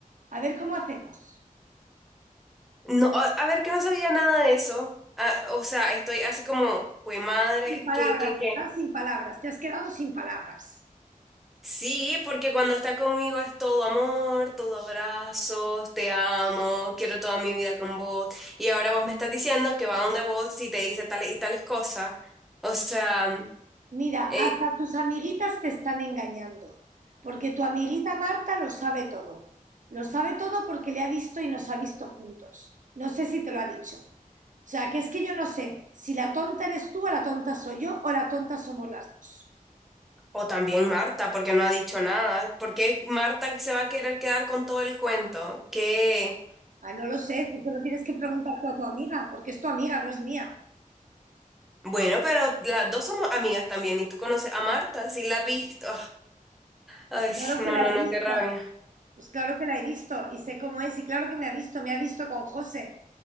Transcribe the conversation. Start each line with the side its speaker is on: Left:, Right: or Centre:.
Right: A ver cómo hacemos.
Centre: No, a, a ver, que no sabía nada de eso. Ah, o sea, estoy así como, fue madre,
Right: Sin palabras,
Centre: ¿qué, qué, qué?
Right: ¿verdad? Sin palabras. Te has quedado sin palabras.
Centre: Sí, porque cuando está conmigo es todo amor, todo abrazos, te amo, quiero toda mi vida con vos. Y ahora vos me estás diciendo que va donde vos y te dice tales y tales cosas. O sea, mm,
Right: Mira,
Centre: eh,
Right: hasta tus amiguitas te están engañando, porque tu amiguita Marta lo sabe todo. Lo sabe todo porque le ha visto y nos ha visto juntos. No sé si te lo ha dicho. O sea, que es que yo no sé si la tonta eres tú o la tonta soy yo o la tonta somos las dos.
Centre: o también Marta, porque no ha dicho nada. ¿Por qué Marta se va a querer quedar con todo el cuento? Que,
Right: Ah, no lo sé, eso se lo tienes que preguntar a tu amiga, porque es tu amiga, no es mía.
Centre: bueno, pero las dos somos amigas también y tú conoces a Marta, si la has visto. Ay,
Right: Pues claro
Centre: no,
Right: que la
Centre: no,
Right: he
Centre: no,
Right: visto.
Centre: qué rabia.
Right: Pues claro que la he visto y sé cómo es y claro que me ha visto, me ha visto con José.